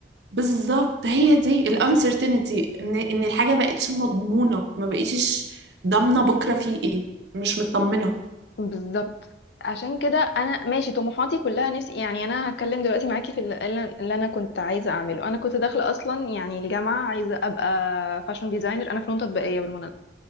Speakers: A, on the right; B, on the left.
A: بالظبط هي دي الانسرتينتي ان ان الحاجه بقتش مضمونه ما بقيتش ضامنه بكره في ايه مش مطمنه
B: بالظبط عشان كده انا ماشي طموحاتي كلها نفسي يعني انا هتكلم دلوقتي معاكي في اللي اللي انا كنت عايزه اعمله انا كنت داخله اصلا يعني الجامعه عايزه ابقى فاشن ديزاينر انا فنون تطبيقيه بالمناسبه